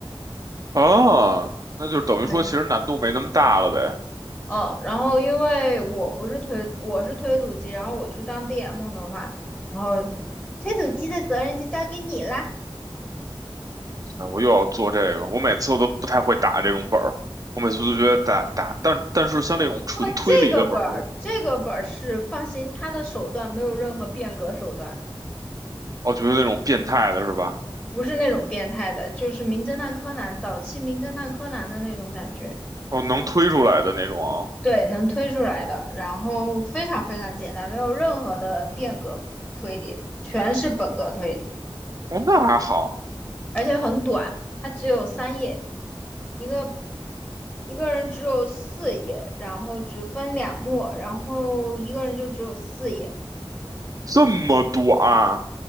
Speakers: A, on the right (about 40°); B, on the left (about 20°).
A: 啊，那就等于说其实难度没那么大了呗。
B: 对。哦，然后因为我不是推，我是推土机，然后我去当 DM 的话，然后推土机的责任就交给你啦。
A: 啊，我又要做这个，我每次我都不太会打这种本儿，我每次都觉得打打，但但是像那种纯推理的本儿，
B: 不过这个本儿，这个本儿是放心，他的手段没有任何变革手段，
A: 我觉得那种变态的是吧？
B: 不是那种变态的，就是名侦探柯南早期名侦探柯南的那种感觉，
A: 哦，能推出来的那种啊
B: 对，能推出来的，然后非常非常简单，没有任何的变革推理，全是本格推理。
A: 哦，那还好，
B: 而且很短，它只有三页，一个一个人只有四页，然后只分两幕，然后一个人就只有四页，
A: 这么短，